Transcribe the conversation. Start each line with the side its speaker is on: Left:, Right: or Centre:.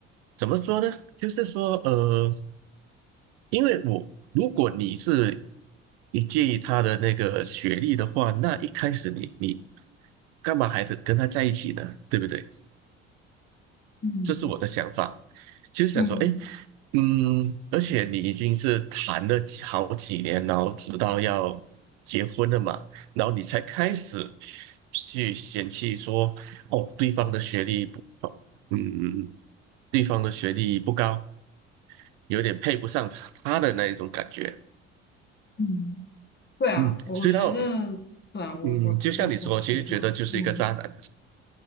Right: 怎么说呢？就是说，呃，因为我如果你是你介意他的那个学历的话，那一开始你你干嘛还得跟他在一起呢？对不对？
Left: 嗯
Right: 这是我的想法，其实想说，
Left: 嗯，
Right: 哎，嗯，而且你已经是谈了几好几年，然后直到要结婚了嘛，然后你才开始去嫌弃说，哦，对方的学历不，哦嗯，对方的学历不高，有点配不上他的那一种感觉。
Left: 嗯，对啊，
Right: 嗯，
Left: 我我觉得，
Right: 所以到，
Left: 对啊，我我我我觉得，
Right: 嗯，就像你说，其实觉得就是一个渣男。
Left: 嗯，